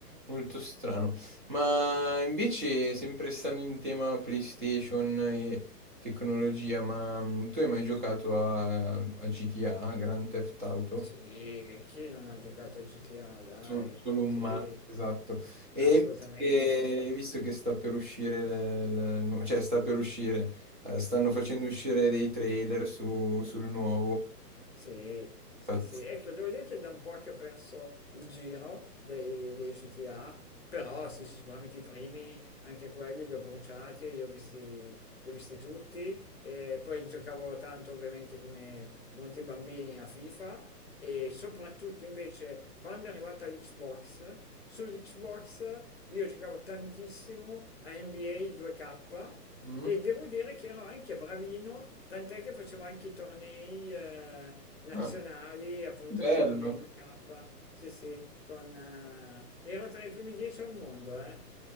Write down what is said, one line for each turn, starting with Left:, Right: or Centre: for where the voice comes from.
Right: molto strano. Ma invece, sempre stando in tema PlayStation e tecnologia, ma mm, tu hai mai giocato a, a GTA, Grand Theft Auto?
Left: Sì, chi non ha giocato a GTA, dai,
Right: Sol- Solo, un
Left: sì,
Right: ma, esatto. E
Left: assolutamente.
Right: hai visto che, hai visto che sta per uscire, il- il nuovo- cioè sta per uscire, eh, stanno facendo uscire dei trailer su- sul nuovo.
Left: Sì, sì,
Right: Pazzesco.
Left: sì. Ecco, devo dire che è da un po' che ho perso il giro dei, dei GTA, però sì, sì, sicuramente i primi, anche quelli li ho bruciati, li ho visti, li ho visti tutti. E poi giocavo tanto ovviamente come molti bambini a FIFA e soprattutto invece quando è arrivata l'Xbox, sull'Xbox io giocavo tantissimo a NBA 2K
Right: Mm?
Left: e devo dire che ero anche bravino, tant'è che facevo anche i tornei eh, nazionali,
Right: Ah,
Left: appunto
Right: che bello.
Left: di NBA 2K, sì sì, con, eh, ero tra i primi 10 al mondo, eh.